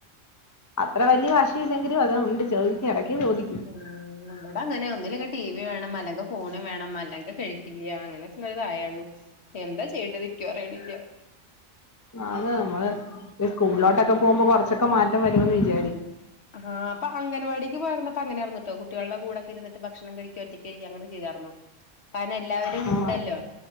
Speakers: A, on the left; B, on the left.
A: അത്ര വെല്ല്യെ വാശിയില്ലെങ്കിലും അതാ വന്ന്ട്ട് ചോയ്ക്കും എടക്ക് ചോദി
B: ഉം ഇബടങ്ങനെ ഒന്നുല്ലെങ്കി ടി വി വേണം അല്ലെങ്കെ ഫോണ് വേണം അല്ലെങ്കി കഴിക്കില്ല അങ്ങനൊക്കെള്ള തായാണ്. എന്താ ചെയേണ്ടത്? ക്ക്യു അറീണില്ല.
A: അത് നമ്മള് ഇനി സ്കൂളിലോട്ടൊക്കെ
B: ഉം
A: പോവുമ്പോ കൊറ ച്ചൊക്കെ മാറ്റം വരോന്ന് വിചാരി
B: ആഹ് ഇപ്പ അഗൻവാടിക്ക് പോയ്ര്ന്നപ്പോ അങ്ങനെയായിര്ന്ന്ട്ടോ കുട്ട്യേൾടെ കൂടെക്കിര്ന്ന്ട്ട് ഭക്ഷണം കഴിക്ക ഒറ്റക്കഴ്ക്ക അങ്ങനെ ചെയ്താറ്ന്നു.
A: <inaudible>
B: ചെയ കാരണം എല്ലാവരുണ്ടല്ലോ
A: ആഹ്